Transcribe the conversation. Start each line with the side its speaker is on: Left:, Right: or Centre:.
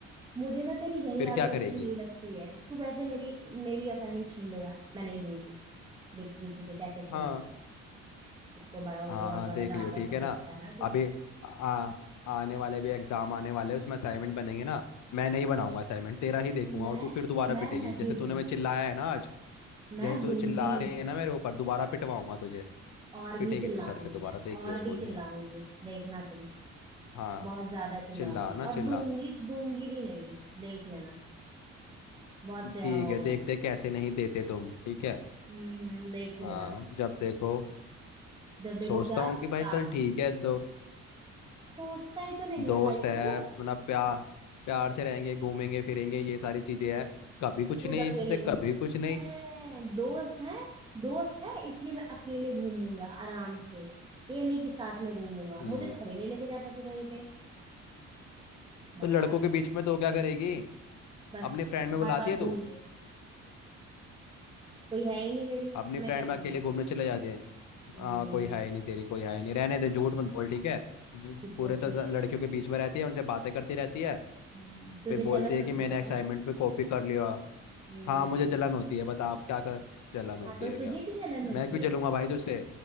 Right: मुझे ना तेरी यही
Left: फिर
Right: आदत
Left: क्या करेगी
Right: अच्छी नहीं लगती है तू कैसे मेरी मेरी असाइनमेंट छीन लेगा मैं नहीं दूंगी देखती हूँ तुझे कैसे छीनेगा
Left: हाँ
Right: तू खुद को बड़ा वो
Left: हाँ
Right: बहुत
Left: हाँ
Right: बड़ा
Left: देख
Right: दादा
Left: लियो ठीक
Right: समझता
Left: है ना
Right: है ना तू
Left: अभी आ, आने वाले भी एग्जाम आने वाले हैं, उसमें असाइनमेंट बनेंगे ना मैं नहीं बनाऊंगा असाइनमेंट तेरा ही देखूंगा
Right: मैं
Left: और तू फिर दोबारा
Right: मैं
Left: पिटेगी
Right: नहीं
Left: जैसे तूने
Right: दूंगी
Left: मुझे चिल्लाया है ना आज
Right: मैं
Left: जैसे तू
Right: दूंगी
Left: चिल्ला रही
Right: ही नहीं
Left: है ना मेरे ऊपर दोबारा पिटवाऊंगा तुझे
Right: और
Left: पिटेगी
Right: भी चिल्लाऊंगी
Left: तू सर से दोबारा
Right: मैं
Left: देखियो
Right: और
Left: स्कूल
Right: भी चिल्लाऊंगी
Left: में
Right: देखना तुम
Left: हाँ
Right: बहुत ज्यादा चिल्लाऊंगी
Left: चिल्ला ना
Right: और
Left: चिल्ला
Right: दूंगी दूंगी भी नहीं देख लेना बहुत तेरा
Left: ठीक
Right: हो
Left: है
Right: गया
Left: देखते हैं कैसे नहीं देते तुम ठीक है
Right: हम्म हम्म, देख लेना
Left: हाँ जब देखो
Right: जब देखो
Left: सोचता
Right: क्या
Left: हूँ कि भाई
Right: का
Left: चल ठीक है दो
Right: सोचता ही तो नहीं
Left: दोस्त
Right: है भाई
Left: है
Right: तू
Left: अपना प्यार प्यार से रहेंगे घूमेंगे फिरेंगे ये सारी चीजें हैं कभी कुछ
Right: खुद
Left: नहीं
Right: अकेले
Left: इससे
Right: को
Left: कभी कुछ नहीं
Right: है दोस्त है दोस्त है इसलिए मैं अकेले घूमूंगा आराम से ये नहीं कि साथ में घूमूंगा
Left: हम्म
Right: मुझे तो कभी नहीं लेके जाता तू कहीं पे बड़ा
Left: तो लड़कों
Right: आया
Left: के बीच
Right: तू।
Left: में तो क्या करेगी
Right: बस
Left: अपनी फ्रेंड में बुलाती
Right: हर बार
Left: है तू
Right: बोल दे कोई है ही नहीं मेरी तो
Left: अपनी
Right: मैं
Left: फ्रेंड
Right: क्या बोलूं
Left: में अकेले घूमने चले जाते हैं
Right: हम्म
Left: हाँ कोई है ही नहीं तेरी कोई है ही नहीं रहने दे झूठ मत बोल ठीक
Right: आप
Left: है ज-
Right: खुद
Left: पूरे
Right: तो अकेले
Left: तो ज- लड़कियों के बीच में रहती है उनसे बातें करती रहती है
Right: हम्म, तुझे
Left: फिर बोलती
Right: जलन
Left: है
Right: होती
Left: कि मैंने
Right: है क्या
Left: असाइनमेंट पे कॉपी कर लिया
Right: हम्म
Left: हाँ मुझे जलन होती है बता आप क्या कर जलन होती
Right: हाँ तो
Left: है क्या
Right: तुझे की जलन होती
Left: मैं क्यों जलूंगा
Right: है
Left: भाई तुझसे